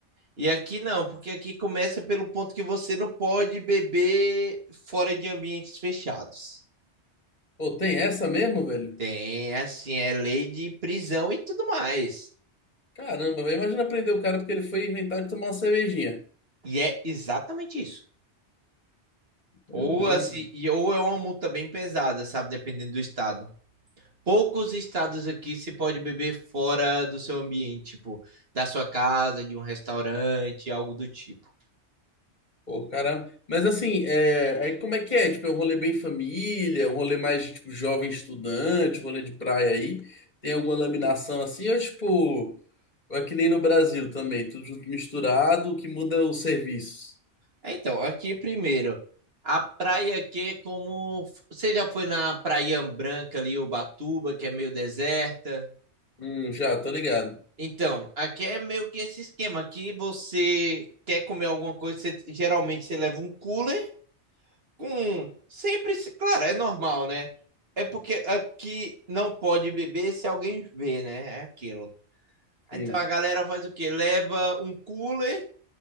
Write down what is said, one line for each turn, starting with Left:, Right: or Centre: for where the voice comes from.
Right: E aqui não, porque aqui começa pelo ponto que você não pode beber fora de ambientes fechados.
Left: Pô, tem essa mesmo, velho?
Right: Tem, assim, é lei de prisão e tudo mais.
Left: Caramba, velho. Imagina prender o cara porque ele foi inventar de tomar uma cervejinha.
Right: E é exatamente isso.
Left: Meu
Right: Ou
Left: Deus,
Right: assim, e- ou é uma multa bem pesada, sabe? Dependendo do estado. Poucos estados aqui se pode beber fora do seu ambiente, tipo, da sua casa, de um restaurante, algo do tipo.
Left: Pô, caramba. Mas assim, é... aí como é que é? Tipo, é um rolê bem família, um rolê mais de tipo jovem estudante, rolê de praia aí. Tem alguma laminação assim? Ou tipo, ou é que nem no Brasil também, tudo junto misturado, o que muda é o serviço.
Right: É, então, aqui primeiro, a praia que é como. Você já foi na Praia Branca ali, Ubatuba, que é meio deserta?
Left: Hum, já, tô ligado.
Right: Então, aqui é meio que esse esquema. Aqui você quer comer alguma coisa, você- geralmente você leva um cooler com. Sempre. se- Claro, é normal, né? É porque aqui não pode beber se alguém vê, né? É aquilo.
Left: Sim.
Right: Então a galera faz o quê? Leva um cooler